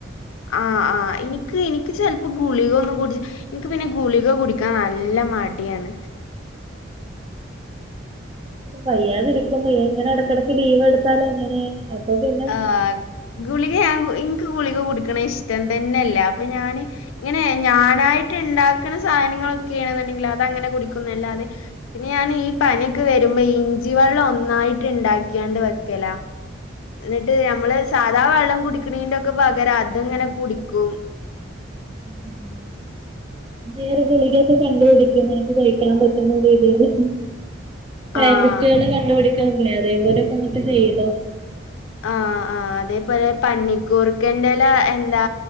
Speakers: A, on the left (about 80°); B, on the right (about 25°).
A: ആഹ് ആഹ് എനിക്ക് എനിക്ക് ചെലപ്പോ ഗുളികൊന്നും കുടിച്ച എനിക്ക് പിന്നെ ഗുളിക കുടിക്കാൻ നല്ല മടിയാണ്
B: വയ്യാതിരിക്കുമ്പ ഇങ്ങനെ എടക്കിടയ്ക്ക് ലീവ് എടുത്താലെങ്ങനെ അപ്പൊ പിന്നെ
A: ആഹ് ഗുളിക ഞാൻ എനിക്ക് ഗുളിക കുടിക്കണ ഇഷ്ടം തന്നെല്ല അപ്പൊ ഞാന് ഇങ്ങനെ ഞാനായിട്ട് ഇണ്ടാക്കണ സാധനങ്ങളൊക്കെയണെന്നുണ്ടെങ്കിൽ അത് അങ്ങനെ കുടിക്കുന്നല്ലാതെ പിന്നെ ഞാൻ ഈ പനിയൊക്കെ വരുമ്പോ ഇഞ്ചി വെള്ളം ഒന്നായിട്ട് ണ്ടാക്കിയാണ്ട് വെക്കല എന്നിട്ട് നമ്മള് സാധാ വെള്ളം കുടിക്കണന്റെ ക്കെ പകരം അതങ്ങനെ കുടിക്കും
B: ഉം വേറെ ഗുളികൊക്കെ കണ്ട്പിടിക്കും നിനക്ക് കഴിക്കാൻ പറ്റുന്ന രീതിയില് സയന്റിസ്റ്റുകള്
A: ആഹ്
B: കണ്ടുപിടിക്കണില്ലേ അതേപോലെക്കെ അങ്ങോട്ട് ചെയ്തോ
A: ആഹ് ആഹ് അതേപോലെ പന്നിക്കൂർക്കന്റെല എന്താ